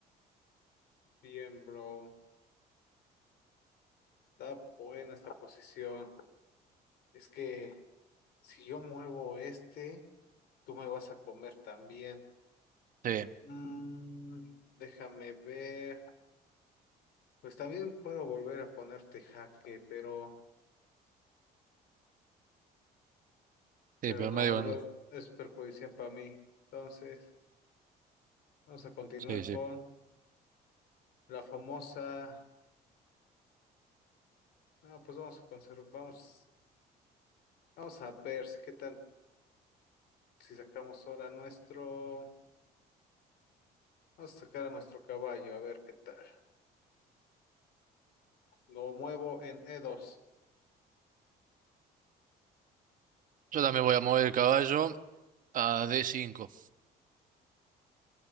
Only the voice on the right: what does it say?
Sí,
sí,
pero
medio... que
no-
Sí, sí.
Yo también voy a mover el caballo a D5.